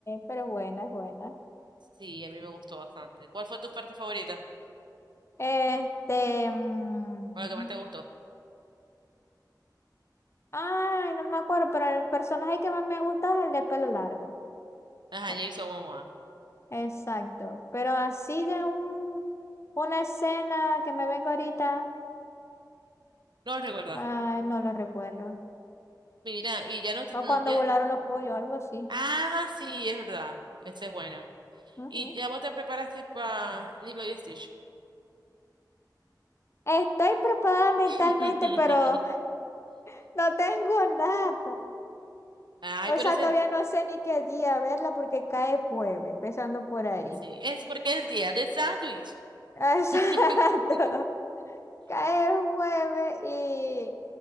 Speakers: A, on the left; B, on the right.
A: pero buena, buena.
B: Sí, a mí me gustó bastante. ¿Cuál fue tu parte favorita?
A: Este, mm,
B: ¿O la que más te gustó?
A: ay, no me acuerdo, pero el personaje que más me gusta es el de pelo largo.
B: Ajá,
A: Oh,
B: Jason Momoa.
A: exacto, pero así de un, una escena que me vengo ahorita.
B: No lo recuerdas.
A: Ay, no lo recuerdo.
B: Mira, y ya no te-
A: O
B: mm,
A: cuando
B: ya...
A: volaron los pollos, algo así.
B: Ah, sí, es verdad. Ese es bueno.
A: Ujú.
B: ¿Y ya vos te preparaste para Lilo y Stitch?
A: Estoy preparada mentalmente,
B: <laughs>
A: pero <laughs> no tengo nada.
B: Ay,
A: O
B: pero
A: sea,
B: ese...
A: todavía no sé ni qué día verla porque cae jueves, empezando por ahí.
B: Sí, es porque es día de sándwich.
A: <laughs> Exacto.
B: <laughs>
A: Cae jueves y,